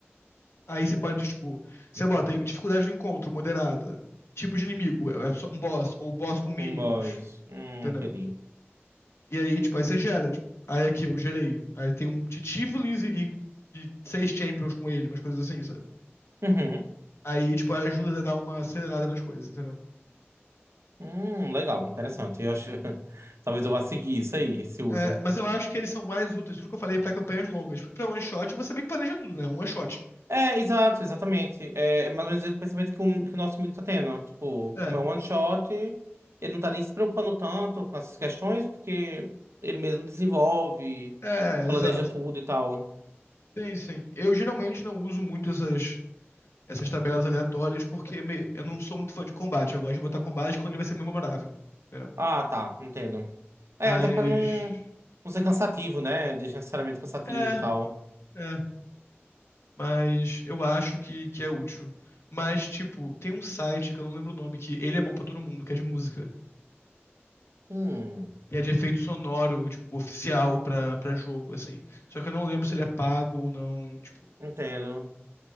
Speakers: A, on the left; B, on the right.
A: Aí você pode, tipo, você bota em dificuldade de encontro moderada, tipo de inimigo, é é só um boss, ou boss com minions,
B: Um boys. Hum,
A: entendeu?
B: entendi.
A: E aí, tipo, aí você gera, tipo, aí aqui eu gerei. Aí tem um Titivilis e, e seis champions com ele, umas coisas assim, sabe?
B: Uhum.
A: Aí, tipo, ajuda a dar uma acelerada nas coisas, entendeu?
B: Hum, legal, interessante. Eu acho... <laughs> Talvez eu vá seguir isso aí, esse uso.
A: É, mas eu acho que eles são mais úteis, tudo que eu falei, é pra campanhas longas. Porque pra one shot você meio que planeja tudo, né? Um one shot.
B: É, exato, exatamente. É é mais ou menos o pensamento que o, que o nosso amigo tá tendo. né? Tipo,
A: É,
B: como é um one shot, ele não tá nem se preocupando tanto com essas questões, porque ele mesmo desenvolve,
A: é,
B: planeja
A: exato.
B: tudo e tal.
A: Sim, sim. Eu geralmente não uso muito essas essas tabelas aleatórias, porque me- eu não sou muito fã de combate. Eu gosto de botar combate quando ele vai ser memorável. Entendeu?
B: Ah, tá, entendo. É,
A: Mas.
B: até pra não, não ser cansativo, né? Desnecessariamente cansativo
A: É,
B: e tal.
A: é. Mas eu acho que, que é útil. Mas, tipo, tem um site que eu não lembro o nome, que ele é bom pra todo mundo, que é de música.
B: Hum,
A: E é de efeito sonoro, tipo, oficial pra, pra jogo, assim. Só que eu não lembro se ele é pago ou não. Tipo,
B: entendo.